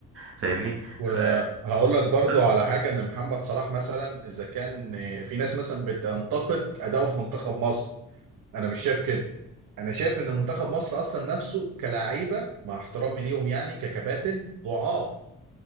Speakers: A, on the right (about 40°); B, on the right (about 80°).
A: فاهمني
B: وهقول
A: ف
B: لك برضو
A: بس
B: على حاجة ان محمد صلاح مثلا اذا كان آه، في ناس مثلا بتنتقد اداؤه في منتخب مصر انا مش شايف كده انا شايف ان منتخب مصر اصلا نفسه كلاعيبه مع احترامي ليهم يعني ككباتن ضعاف